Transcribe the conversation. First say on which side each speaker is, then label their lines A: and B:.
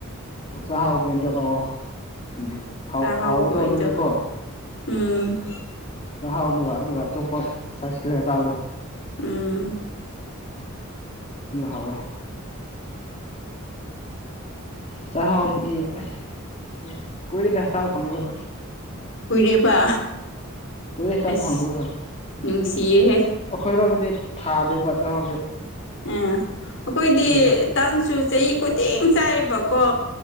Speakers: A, on the left; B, on the left.
A: ꯆꯥꯛ ꯍꯥꯎꯒꯦꯗꯣ ꯑꯣ ꯎꯝ ꯎꯝ
B: ꯆꯥꯛꯍꯥꯎꯈꯣꯏꯗꯣ
A: ꯍꯥꯎꯋꯦꯀꯣ ꯑꯗꯨꯗ ꯀꯣ
B: ꯎꯝ
A: ꯆꯥꯛꯍꯥꯎꯗꯨꯒ ꯑꯗꯨꯒ ꯑꯇꯣꯞꯄ ꯁꯥꯏꯖ ꯁꯤꯜꯂꯒ ꯆꯥꯛꯍꯥꯎꯗꯣ
B: ꯎꯝ
A: ꯌ ꯍꯥꯎꯋꯦ ꯆꯁꯤ ꯀꯣꯏꯔ ꯊꯁ ꯐꯪꯗꯕ
B: ꯀꯨꯏꯔꯦꯕ
A: ꯀꯨꯏꯔꯦ ꯆꯥꯕ
B: ꯑꯁ
A: ꯐꯪꯗꯕ ꯍꯣꯏ
B: ꯅꯨꯡꯁꯤꯌꯦꯍꯦ
A: ꯑꯩꯈꯣꯏꯔꯣꯝꯗꯗꯤ ꯊꯥꯗꯦꯕ ꯆꯥꯛꯍꯥꯎꯁꯦ
B: ꯎꯥ ꯑꯩꯈꯣꯏꯗꯤ
A: ꯑꯗꯨꯒꯤꯅꯤ
B: ꯇꯥꯟꯁꯨ ꯆꯍꯤꯌ ꯈꯨꯇꯦꯡ ꯆꯥꯏꯕꯀꯣ